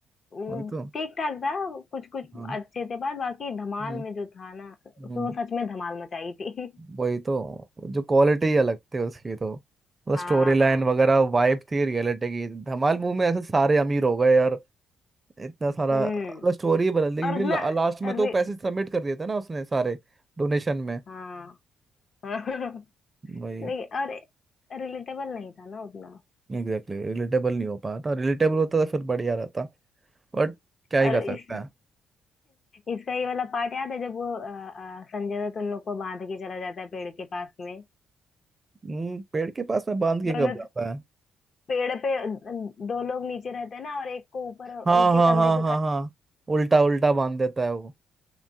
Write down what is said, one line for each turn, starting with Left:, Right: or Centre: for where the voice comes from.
Left: वो
Right: वही तो
Left: ठीक ठाक था कुछ कुछ
Right: हाँ
Left: अच्छे थे पर बाकी धमाल
Right: हम्म,
Left: में जो था ना तो
Right: हम्म,
Left: वो सच में धमाल मचाई थी
Right: वही तो जो क्वालिटी अलग थी उसकी तो मतलब
Left: <laughs>
Right: स्टोरी लाइन
Left: हाँ
Right: वगैरह वाइब थी रियलिटी की धमाल मूवी में ऐसे सारे अमीर हो गए यार इतना सारा
Left: हम्म
Right: मतलब स्टोरी बदल दी क्योंकि
Left: और उतना
Right: ला, लास्ट में
Left: अरे
Right: तो पैसे सबमिट कर दिए थे ना उसने सारे डोनेशन में
Left: हाँ <laughs>
Right: वही
Left: लेकिन और रिलेटेबल नहीं था ना उतना
Right: एग्जैक्टली रिलेटेबल नहीं हो पाया था रिलेटेबल होता तो फिर बढ़िया रहता बट क्या ही
Left: और
Right: कर सकता
Left: इस <laughs>
Right: है
Left: इसका ये वाला पार्ट याद है जब वो अ, अ, संजय दत्त उन लोग को बांध के चला जाता है पेड़ के पास में
Right: हम्म, पेड़ के पास में बांध के
Left: दोनों
Right: कब जाता है
Left: पेड़ पे दो लोग नीचे रहते हैं ना और एक को ऊपर उनके
Right: हाँ हाँ
Left: कंधे
Right: हाँ
Left: पे
Right: हाँ
Left: खड़ा
Right: हाँ उल्टा उल्टा बांध देता है वो